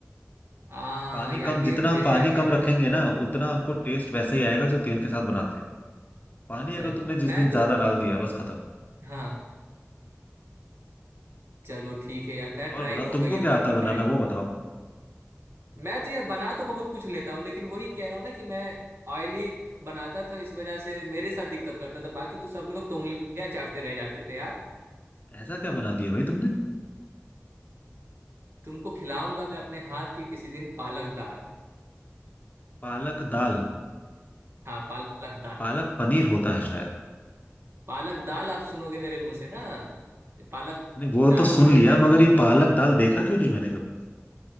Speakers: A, on the right; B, on the left.
A: हाँ
B: पानी
A: यार
B: कम
A: ये
B: जितना हम
A: बेस्ट
B: पानी
A: आइडिया
B: कम रखेंगे
A: है
B: ना उतना हमको टेस्ट वैसे ही आएगा जो तेल के साथ बनाते हैं पानी
A: चल
B: अगर तुमने जिस
A: मैं
B: दिन
A: तो
B: ज्यादा डाल दिया बस खत्म
A: हाँ चलो ठीक है यार मैं
B: और
A: ट्राई
B: बताओ
A: करूंगा
B: तुमको
A: ये
B: क्या
A: बिल्कुल
B: आता है बनाना
A: ट्राई करूंगा
B: वो बताओ
A: मैं तो यार बना तो बहुत कुछ लेता हूँ लेकिन वही कह रहा हूँ ना कि मैं ऑयली बनाता था इस वजह से मेरे साथ दिक्कत करता था बाकी तो सब लोग तो उंगलियां चाटते रह जाते थे यार
B: ऐसा क्या बना दिया भाई तुमने
A: तुमको खिलाऊंगा मैं अपने हाथ के किसी दिन पालक दाल
B: पालक दाल
A: हाँ पालक दाल
B: पालक पनीर होता है शायद
A: पालक दाल आप सुनोगे मेरे मुंह से ना पालक
B: नहीं वो
A: दाल
B: तो सुन
A: की
B: लिया
A: जब रेसिपी
B: मगर ये पालक दाल देखा क्यों नहीं मैंने कभी